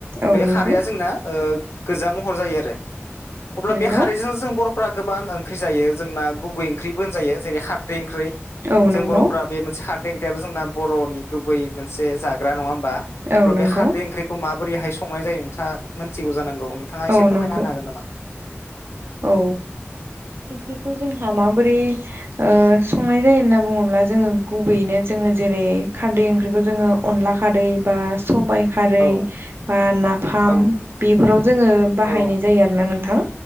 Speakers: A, on the right; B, on the left.
A: औ
B: बे
A: नंगौ
B: खारैया जोंना ओ गोजा महर जायो आरो अब्ला
A: नंगौ
B: बे खारैजों जों बर'फ्रा गोबां ओं ख्रि जायो जोंना गुबै ओंख्रिबो होनजायो जेरै खारदै ओंख्रै
A: औ
B: जों
A: नंगौ
B: बर'फ्रा बे मोनसे खारदै ओंख्रियाबो जोंना बर'नि गुबै मोनसे जाग्रा नङा होमा
A: औ
B: अब्ला
A: नंगौ
B: बे खारदै ओंख्रि खौ माबोरैहाय संनाय जायो नोंथाङा मोनथिगौ जानांगौ नोंथाङा
A: औ
B: एसे फोरमायना
A: नंगो
B: होनो हागोन नामा
A: औ इफोरखौ जोंहा माबोरै ओ संनाय जायो होन्ना बुङोब्ला जोङो गुबैयैनो जोङो जेरै खारदै ओंख्रिखौ जोङो अनला खारदै बा सबाय खारै
B: औ
A: बा नाफाम
B: औ
A: बेफोराव जोङो बायनाय
B: औ
A: जायो आरोना नोंथां